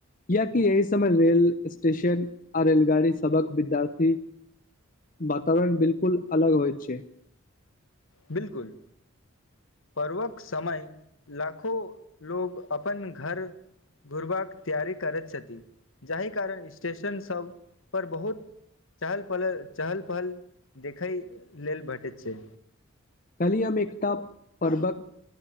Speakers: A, on the left; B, on the left.
A: कियाकि एहि समय रेल स्टेशन आ रेलगाड़ी सबक विद्यार्थी वातावरण बिल्कुल अलग होइ छै
B: बिल्कुल पर्वक समय लाखों लोग अपन घर घूरबाक तैयारी करैत छथि जाहि कारण स्टेशनसभ पर बहुत चहल पल-चहल पहल देखै लेल भेटैत छै
A: काल्हि हम एकटा पर्वक